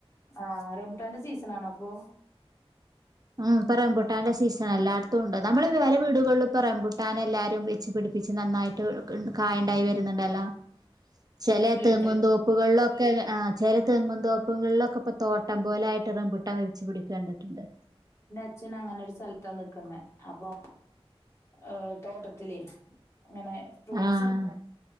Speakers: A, on the left; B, on the right.
A: ആഹ് റെമ്പുട്ടാന്റെ സീസൺ ആണൊ ഇപ്പൊ
B: ഉം ഇപ്പം റംപുട്ടാന്റെ സീസൺ. എല്ലായിടത്തും ഇണ്ട് നമ്മള് വെല വീടുകള്ലും, ഇപ്പം റംപുട്ടാൻ എല്ലാരും വച്ച് പിടിപ്പിച്ച് നന്നായിട്ട് കായണ്ടായി വരുന്ന് ഇണ്ടല്ലോ ചെലേ
A: ഉണ്ട് ഉണ്ട്
B: തെങ്ങുന്തോപ്പുകളിലൊക്കെ ആഹ് ചില തെങ്ങുന്തോപ്പുകളിലൊക്കെ ഇപ്പ തോട്ട പട്ടം പോല ആയിട്ട് റംപുട്ടം വരിച്ച് പിടിക്കേണ്ടിട്ടുണ്ട്
A: അച്ഛന് അങ്ങനെ ഒരു സ്ഥലത്താ നിക്കുന്നെ അപ്പൊ ഏഹ് തോട്ടത്തിലേ ഇങ്ങനെ ഫ്രൂട്ട്സും
B: ആഹ്